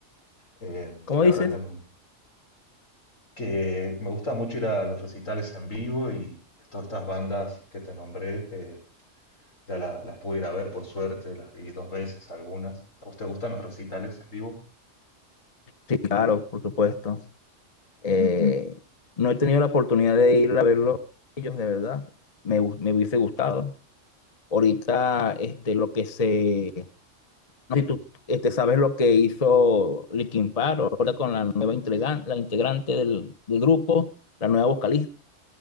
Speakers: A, on the left (about 90°); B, on the left (about 35°).
A: eh,
B: ¿Cómo
A: y la
B: dices?
A: verdad que m- que me gusta mucho ir a los recitales en vivo y todas estas bandas que te nombré eh, ya la- las pude ir a ver por suerte, las vi dos veces algunas. ¿A usted gustan los recitales en vivo?
B: Sí, claro, por supuesto. Eh, no he tenido la oportunidad de ir a verlos ellos, de verdad. Me, hu- me hubiese gustado. Ahorita, este, lo que se... No sé si tú este, sabes lo que hizo Linkin Park, ahora con la nueva integrante, la integrante del, del grupo, la nueva vocalista.